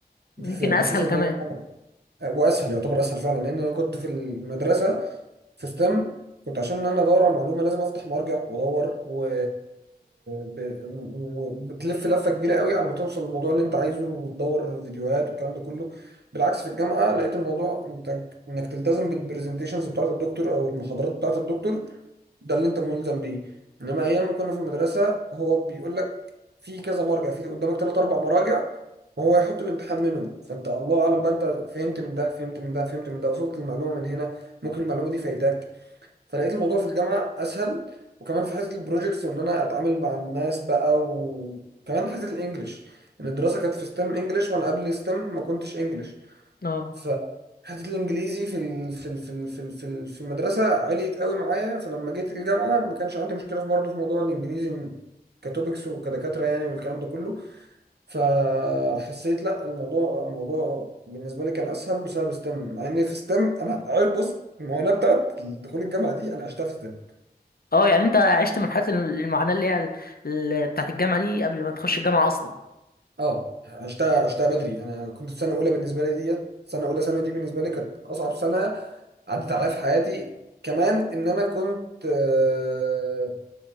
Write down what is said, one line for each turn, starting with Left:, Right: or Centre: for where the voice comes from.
Left: يمكن
Right: في- بحيث
Left: اسهل
Right: ان
Left: كمان
Right: انا واسهل يعتبر اسهل فعلا لان انا كنت في المدرسه في ستيم كنت عشان انا ادور على معلومه لازم افتح وارجع وادور و... ب... وبتلف لفه كبيره قوي على ما توصل للموضوع اللي انت عايزه وتدور فيديوهات والكلام ده كله بالعكس في الجامعه لقيت الموضوع انت انك تلتزم بالبرزنتيشنز بتاعه الدكتور او المحاضرات بتاعه الدكتور ده اللي انت ملزم بيه انما ايام ما كنا في المدرسه هو بيقول لك في كذا مرجع في قدامك ثلاث اربع مراجع وهو يحط الامتحان منهم فانت الله اعلم بقى انت فهمت من ده فهمت من ده فهمت من ده وصلت المعلومه من هنا ممكن المعلومه دي فايتاك فلقيت الموضوع في الجامعه اسهل وكمان في حته البروجيكتس وان انا اتعامل مع الناس بقى وكمان حته الانجليش ان الدراسه كانت في ستيم انجليش وانا قبل ستيم ما كنتش انجليش
Left: اه
Right: فحته الانجليزي في ال- في ال- في ال- في ال- في ال- في المدرسه عليت قوي معايا فلما جيت الجامعه ما كانش عندي مشكله في برضه في موضوع الانجليزي كتوبكس وكدكاتره يعني والكلام ده كله فحسيت لا الموضوع الموضوع بالنسبه لي كان اسهل بسبب ستيم مع ان في ستيم انا عارف بص المعاناه بتاعت دخول الجامعه دي انا عشتها في ستيم
Left: اه يعني انت عشت مرحله المعاناه اللي هي ال... ال- بتاعت الجامعه دي قبل ما تخش الجامعه اصلا
Right: اه عشتها عشتها بدري انا كنت سنه اولى بالنسبه لي ديت سنه اولى ثانوي دي بالنسبه لي كانت اصعب سنه عدت عليا في حياتي كمان ان انا كنت آه